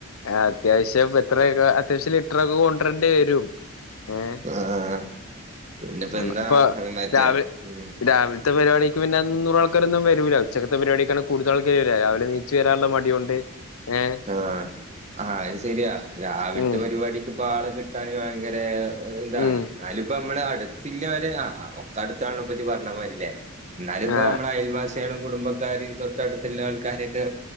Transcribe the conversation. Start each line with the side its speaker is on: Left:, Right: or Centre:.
Left: ആഹ് അത്യാവശ്യം എത്രയൊക്കെ അത്യാവശ്യം ലിറ്ററർ ഒക്കെ കൊണ്ടരേണ്ടി വരും ഏഹ്
Right: ആഹ് പിന്നെപ്പോ
Left: ഉം
Right: എന്താ
Left: പ്പൊ
Right: മറ്റേ
Left: രാവി
Right: ഉം
Left: രാവി ഇത്ത പരിപാടിക്ക് പിന്നേ മുന്നൂറാൾക്കാരൊന്നും വൂല്ല ഉച്ചകത്തെ പരിപാടിക്കാണ് കൂടുത ആൾക്കാര് വര രിലെ നീച്ച് വാരനുള്ള മടി കൊണ്ട് ഏഹ്.
Right: ആഹ് ആഹ് അയ് ശരിയാ രാവിലത്തെ
Left: ഉം
Right: പരിപാടിക്ക് പാളം കിട്ടാൻ ഭയങ്കരേ എതാണ്
Left: ഉം
Right: എന്നാലും ഇപ്പം നമ്മള് അടുത്തില്ലവരെ ആഹ് ഒക്കെ അടുത്താണപ്പി ഞീ പറഞ്ഞാ മാരില്ലേ? എന്നാല് ഇപ്പോ
Left: ആ
Right: നമ്മളെ അയൽ വാസിയാളും കുടുംബക്കാരെയും തൊട്ടടുത്തുള്ള ആൾക്കാരെയൊക്കെ